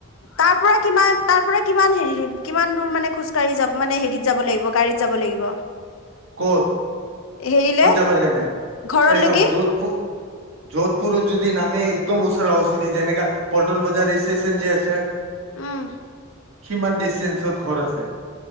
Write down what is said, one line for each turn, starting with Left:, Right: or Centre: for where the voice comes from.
Left: তাৰ পৰা কিমান, তাৰ পৰা কিমান হেৰি কিমান দূৰ মানে খোজকাঢ়ি যাব, মানে হেৰিত যাব লাগিব গাড়ীত যাব লাগিব?
Right: ক'ত,
Left: হেৰিলে
Right: ক'ত যাবৰ কাৰণে?
Left: ঘৰলৈকে?
Right: এই চাওক যোধপুৰ যোধপুৰত যদি নামে, একদম ওচৰা ওচৰি, যেনেকা পল্টন বজাৰ ষ্টেচন যে আছে
Left: উম,
Right: সিমান ডিচটেন্সত ঘৰ আছে